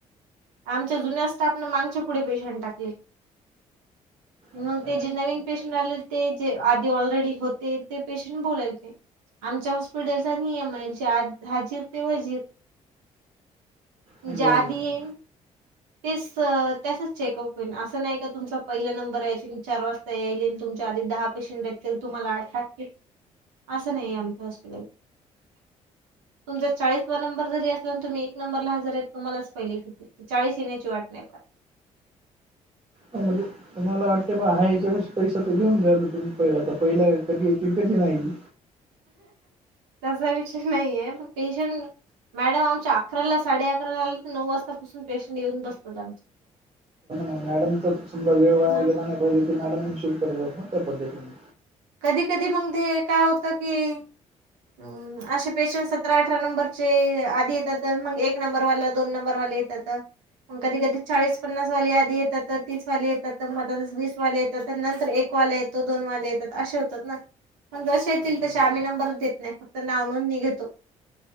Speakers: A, on the right (about 65°); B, on the right (about 30°).
A: आमच्या जुन्या स्टाफने मागच्या पुढे पेशंट टाकले.
B: अच्छा
A: मग ते जे नवीन पेशंट आलेले ते जे आधी ऑलरेडी होते ते पेशंट बोलाल ते आमच्या हॉस्पिटलचा नि एम आय जे हजीर ते हजीर
B: बरोबर
A: जदीी
B: आहे
A: येन तेच त्यासच चेकअप होईन असं नाही का तुमचा पहिला नंबर आहे त मी चार वाज नाहीं यांई तुमच्यां आधी दहा पेंशन भेटतील तुम्हांला आंठ टाकते असं नाहीं आहे आमच्यां हॉस्पिटल तुमचां चाळीस नंबर जरी असलां आणि तुम्हीं एक नंबरला हजर आहेतं तुम्हाला पहिलें कि चाळीस येण्यांची वाटते पणं
B: म्हंजे तुम्हांला वाटतं बरं हां यांच्या पैसा तरं देऊच द्या यचां तूम्ही पहिला आतां पहिलं कधीं ये कधीं नाहीं.
A: तसां विषयं नाहीये हे पणं पेशं मॅडम आमच्यां अकरालां साडे अकरां आलें नऊ वाजतांपासूंन पेशंट येऊंन बसतांत आमचे
B: मॅडम तरं तुंम वेळं वां
A: मग
B: गेलां नाहीह ते मॅडम प शि करतं त्याऊ पद्धतीने
A: कधीं कधीं मंग ते कायं होतं की मंग असे पेशंट सतरा अठरा नंबरचे आधी येतांत तरं मंग एक नंबरवालां दोन नंबरवालेेत तंथ. कधीं कधीं चाळीस पन्नास वांले आधी येतांत तरं तीस वांले येतांत तरं मंग वीसं वांले येतांत तरं नंतर एक एक वांला येतो दोन वाले येतांत. असे होतातं नां पणं जसे येतीलं
B: बरोबर
A: तसें आम्हीं नंबरचं देतं नाहीं फक्तं नांव नोंद नि घेतों.